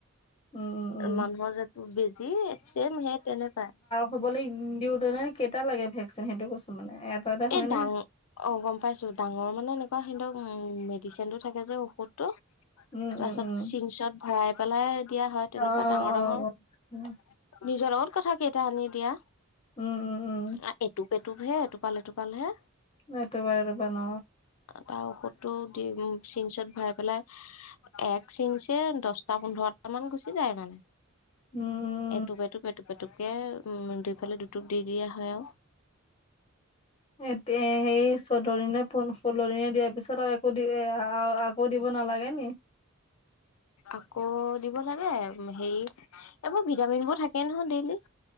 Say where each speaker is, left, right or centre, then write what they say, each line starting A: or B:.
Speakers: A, on the left; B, on the left.
A: উম, উম, উম।
B: মানুহৰ যে বেজি ছেম সে তেনেকুৱা।
A: হ'বলে ইন দিওঁতে <unintelligible> কেইটা লাগে ভেকচিন সেইটো কৈছো মানে এটাতে হয়
B: এ ডাঙ
A: নে?
B: অ, গম পাইছোঁ ডাঙৰ মানে এনেকুৱা সিন্তক উম মেডিচিনটো থাকে যে ঔষধটো।
A: উম,
B: তাৰছত
A: উম, উম।
B: চিংচত ভৰাই পেলাই দিয়া হয়
A: অ',
B: তেনেকুৱা ডাঙৰ
A: অ',
B: -ডাঙৰ
A: গম পাইছো।
B: নিজৰ লগত কথা কেইটা আনি দিয়া।
A: উম, উম, উম,
B: আ, এটুপ -এটুপ হে এটোপাল -এটোপাল হে।
A: এইটো বাৰ এইটো বাৰ ন'।
B: তাৰ ঔষধটো দিম চিংচত ভৰাই পেলাই। এক চিঞ্চে দছটা পোন্ধৰটা মান গুচি যায় মানে।
A: উম-উম
B: এটুপ -এটুপ -এটুপ এটুপকে উম দুইফালে দুটুপ দি দিয়া হয় আৰু।
A: এ তে সেই চৌধ্য দিনে পোন ষোল্ল দিনে দিয়াৰ পিছত আৰু একো দি <unintelligible> আকৌ দিব নালাগে নি?
B: আকৌ দিব লাগে হেই এইবোৰ ভিটামিনবোৰ থাকেই নহয় ডেইলি।